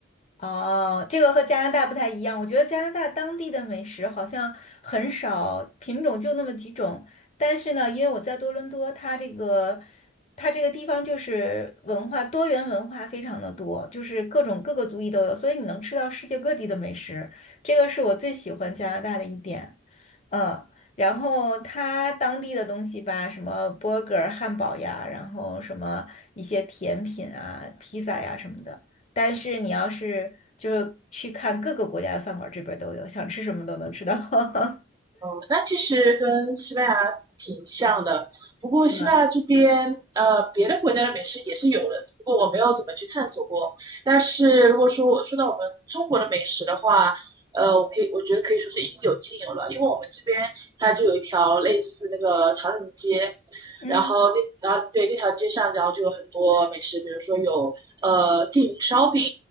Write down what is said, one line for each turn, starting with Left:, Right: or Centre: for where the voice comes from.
Left: 哦，这个和加拿大不太一样。我觉得加拿大当地的美食好像很少，品种就那么几种。但是呢，因为我在多伦多，它这个它这个地方就是文化多元文化非常的多，就是各种各个族裔都有，所以你能吃到世界各地的美食。这个是我最喜欢加拿大的一点。嗯，然后它当地的东西吧，什么 burger 汉堡呀，然后什么一些甜品啊、披萨呀什么的。但是你要是就是去看各个国家的饭馆，这边儿都有，想吃什么都能吃到。<laughs>
Right: 嗯，那其实跟西班牙挺像的，不过西班牙这边，
Left: 是吗？
Right: 呃，别的国家的美食也是有的，只不过我没有怎么去探索过。但是如果说我说到我们中国的美食的话，呃，我可以，我觉得可以说是应有尽有了，因为我们这边它就有一条类似那个唐人街，
Left: 嗯
Right: 然后那，然后对，那条街上，然后就有很多美食，比如说有呃缙云烧饼。